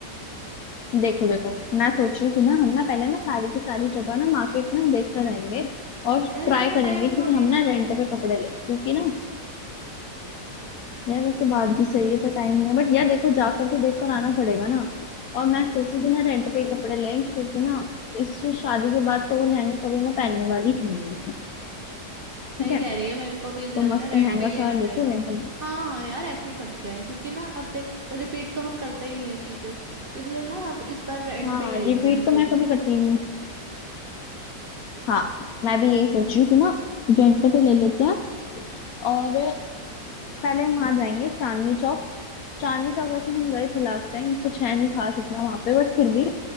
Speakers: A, on the left; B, on the right.
A: देखो देखो मैं सोच रही हूँ कि ना हम ना पहले ना सारी की सारी जगह ना मार्केट ना देख कर आएंगे और
B: यार
A: ट्राई
B: इतना
A: करेंगे
B: टाइम थोड़ी
A: कि हम ना
B: ना
A: रेंट
B: है
A: पे कपड़े ले क्योंकि ना यार वैसे बात भी सही है तो टाइम नहीं है बट यार देखो जाकर तो देख कर आना पड़ेगा ना और मैं सोचू कि ना रेंट पे ही कपड़े लें क्योंकि ना इस शादी के बाद तो वो लहंगा कभी मैं पहनने वाली ही नहीं हूँ
B: सही
A: ठीक है
B: कह रही है मेरे को भी लग
A: तो मस्त
B: रहा है रेंट
A: महंगा
B: पे ही लेना
A: सा लेके
B: पड़ेगा
A: रेंट में
B: हाँ हाँ यार ऐसे ही करते हैं क्योंकि ना अब देख रिपीट तो हम करते ही नहीं है चीजें इसलिए ना अब इस बार रेंट
A: हाँ
B: पे ही ले लेंगे
A: रिपीट
B: हम
A: तो मैं
B: चीजें
A: कभी करती नहीं हूँ हाँ मैं भी यही सोच रही हूँ कि ना रेंट पे ले लेते हैं और पहले हम वहां जाएंगे चांदनी चौक चांदनी चौक वैसे हम गए थे लास्ट टाइम कुछ है नहीं खास इतना वहां पे बट फिर भी